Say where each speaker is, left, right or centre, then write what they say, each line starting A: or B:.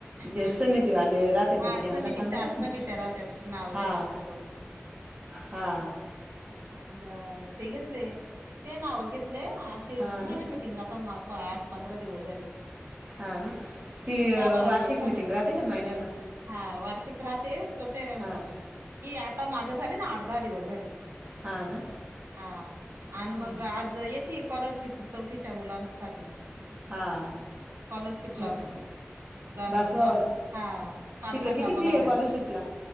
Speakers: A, on the right; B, on the right.
A: जे
B: आणि
A: समिती वाले राहते
B: हा
A: त त्यांना
B: समिती
A: सांगत
B: चार
A: ना
B: समित्या राहत्यात नाव
A: हा.
B: घेतात दोन
A: हा.
B: ह ते घेतले ते नाव घेतले ते
A: हां
B: झालेमिटिंग
A: ना
B: आता मग आठ पंधरा दिवस झाले.
A: ह ना.
B: हा
A: ती
B: दहा बारा
A: वार्षिक
B: दिवस झाले
A: मिटिंग राहते ना महिन्याला
B: हा वार्षिक राहते प्रत्येक
A: हां
B: ही आता मागं झाली ना आठ दहा दिवस झालं.
A: हां ना
B: हाअ्ं आणि
A: हां
B: मग
A: हां
B: आज स्कॉलरशिप चौथीच्या मुलानंसाठी.
A: हां
B: स्कॉलरशिपला
A: मग
B: हो. मुलांन
A: बस
B: द्
A: वाव
B: हाअ्ं पालकांना
A: तिकडे किती
B: बोलावलंय.
A: फी आहे कॉलरशिपला